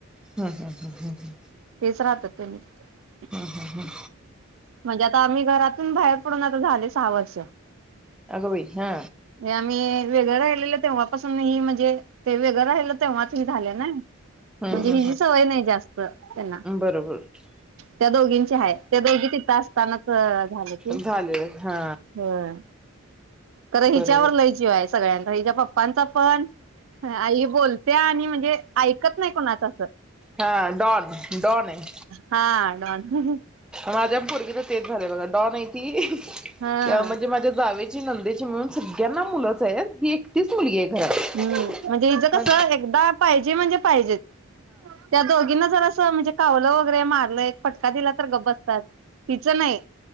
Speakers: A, in the centre; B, on the right (about 65°).
A: हां हां हां हां हां.
B: तेच राहतात त्यांनी तिथं
A: हां हां हां.
B: म्हणजे आता आम्ही घरातून बाहेर पडून आता झाले सहा वर्ष.
A: अगं बाई हा
B: हे आम्ही वेगळं राही ठरवलेलं तेंव्हापासून नाहीये म्हणजे ते वेगळं राहिलेलो तेंव्हाच हे झालयं ना.
A: हम्म
B: म्हणजे हिजी सवय नाही जास्त त्यांना
A: हम्म बरोबर तर
B: त्या दोघींची हाय. त्या दोघी तिथ असतानाच झालं ते
A: झाले हा
B: होय खरं हिच्यावर
A: बरोबर
B: लय जीव हाय सगळ्यांचा हिच्या पप्पा पप्पांचा पण आई बोल त्या आणि म्हणजे ऐकत नाहीत. पुन्हा तसं
A: हां डॉन डॉनय.
B: हा डॉन हां हां
A: माझ्या पोरगीच तेच झालंय बघा डॉन हाय ती <inaudible>
B: हा
A: म्हणजे माझ्या जावेची नंदेची मिळून सगळ्यांना मुलंच आहेत ही एकटच मुलगी आहे घरात
B: हम्म म्हणजे हिचं
A: म
B: कसं एकदा म्हणजे पाहिजे त्या दोघींना जरा स म्हणजे कावलं वगैरे मार तिला एक फटका दिला तर गप बसतात हीच नाही